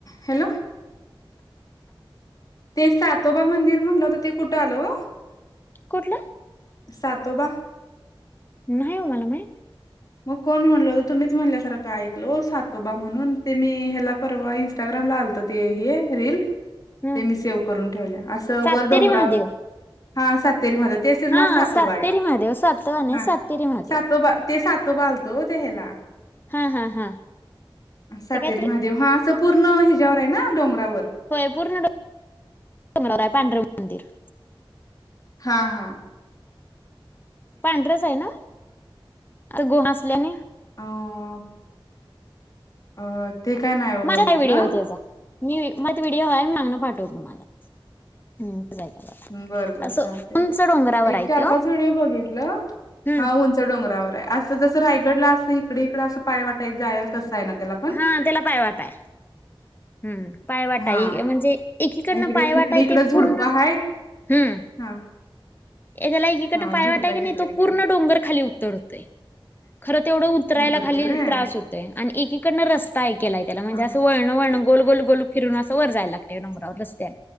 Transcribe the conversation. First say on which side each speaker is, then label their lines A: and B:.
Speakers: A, on the left; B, on the left.
A: Hello. ते सातोबा मंदिर म्हणलं होता ते कुठं आल ओ?
B: कुठला?
A: सातोबा?
B: नाही हो मला माहीत.
A: मग कोण म्हणल होत तुम्हीच म्हणल्यासारखं ऐकल सातोबा म्हणून ते मी ह्याला परवा इंस्टाग्राम ला आलत ते हे रील
B: हम्म
A: ते मी सेव करून ठेवल्या अस
B: सातेरी
A: वर डोंगराव
B: महादेव
A: हां सात तरी म्हटलं तेच त्याच
B: हा
A: नाव सातोबा
B: सातेरी
A: हाय
B: महादेव सातवा नाही
A: हां
B: सातेरी महादेव
A: सातोबा ते सात तोबाला आलतो हो ह्याला
B: हा हा हा
A: सातेरी
B: ते काहीतरी
A: महादेव हां असं पूर्ण हिच्यायावर आहे नां डोंगरावर
B: होय पूर्ण डोंगरांवर हाय पांढरं मंदिर.
A: हां हां.
B: पांढरच आहे ना गुहा असल्यानी?
A: आं. अं ते काय नाय ओ
B: माझ्यात
A: बघितलं.
B: आहे व्हिडिओ त्याचा मी माझ व्हिडिओ हाय मी मागणं पाठव तुम्हाला. हम्म तेच ऐकायला
A: बर बर
B: असं
A: चालतेय
B: उंच डोंगरावर
A: एक
B: आहे
A: चार
B: त्यो
A: पाच व्हिडिओ बघितलं.
B: हम्म
A: हां उंच डोंगरावर आहे असं जसं रायगडला असं हिकड हिकडं असं पायवाट हाय जायला तसं आहे ना. त्याला पण
B: हां त्याला पायवाट हाय. हम्म पायवाट
A: हा
B: हाय म्हणजे ऐकीकडनं
A: इकडे
B: पायवाट
A: इकडे
B: हाय
A: इकडं
B: ते
A: झुडपं
B: पूर्ण
A: आहेत
B: हम्म.
A: हा
B: एकला ऐकीकडन
A: हा
B: पायवाट
A: झुडपं
B: हायकीनी
A: आहेत इकडे
B: तो
A: इकडं
B: पूर्ण डोंगर खाली उतरतोय. खरं तेवढं उतरायला
A: उतरते
B: खाली
A: व्हय
B: त्रास होतय आणि ऐकीकडनं रस्ता हे केलाय त्याला म्हणजे
A: हा
B: असं वळण वळण गोल गोल गोल फिरून असं वर जायला लागतं डोंगरावर रस्त्या